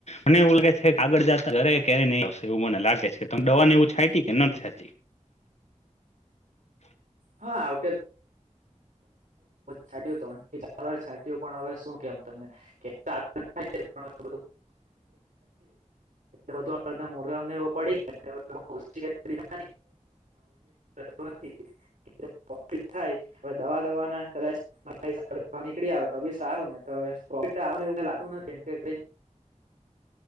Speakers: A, on the left; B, on the right.
A: મને એવ. આગળ જતા જરે કે્યારે નહીં આવશે એવું મને લાગે છે તમ દવા ને એવું છાતી કે નથ છાતી. <inaudible>
B: હા આવતે છા ત્રણ ચાર વાર છાંટ્યું પણ હવે શું કેમ તમને. <unintelligible> બ બધૂ અડધા મોરનેવ પડી. <inaudible> <inaudible> પ્રફિ થાય હવે દવા દવાના. કદાચ <unintelligible> નીકળી આવે તો બી સારું ને હવે પફિટ એવું લાગતું નથી એમ કે. <inaudible>